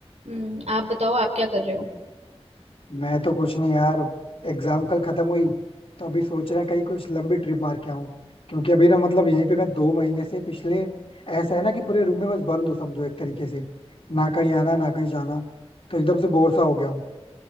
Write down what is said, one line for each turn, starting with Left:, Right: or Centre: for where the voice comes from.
Right: हम्म आप बताओ आप क्या कर रहे हो
Left: मैं तो कुछ नहीं यार एग्जाम कल खत्म हुई तो अभी सोच रहे हैं कहीं कुछ लंबी ट्रिप मार के आऊं क्योंकि अभी ना मतलब यहीं पे मैं दो महीने से पिछले ऐसा है ना कि पूरे रूम में बस बंद हूँ समझो एक तरीके से ना कहीं आना ना कहीं जाना तो एकदम से बोर सा हो गया हूँ